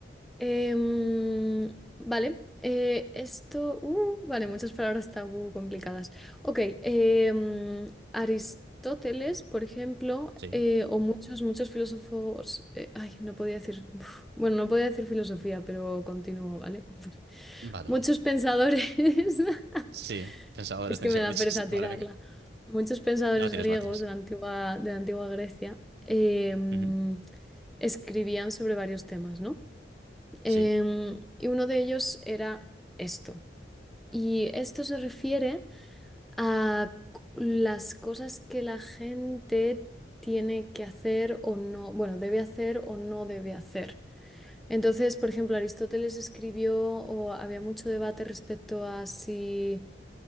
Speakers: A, in the centre; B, on the right (about 60°).
A: Em, vale. eh, esto. uh, vale, muchas palabras tabú complicadas. Ok. em, Aristóteles, por ejemplo,
B: Sí.
A: eh, o muchos, muchos filósofos. eh, ay, no podía decir. uf, bueno, no podía decir filosofía, pero continúo, ¿vale? <laughs>
B: Vale,
A: Muchos
B: vale.
A: pensadores. <laughs>
B: Sí, pensadores
A: Es
B: tenéis
A: que me
B: que haber
A: da
B: dicho
A: pereza
B: sí.
A: tirarla.
B: Vale, venga.
A: Muchos pensadores
B: No
A: griegos
B: tires, no tires.
A: de la antigua, de la antigua Grecia em,
B: Ujú.
A: escribían sobre varios temas, ¿no? Em,
B: Sí.
A: y uno de ellos era esto. Y esto se refiere a c- las cosas que la gente tiene que hacer o no, bueno, debe hacer o no debe hacer. Entonces, por ejemplo, Aristóteles escribió o había mucho debate respecto a si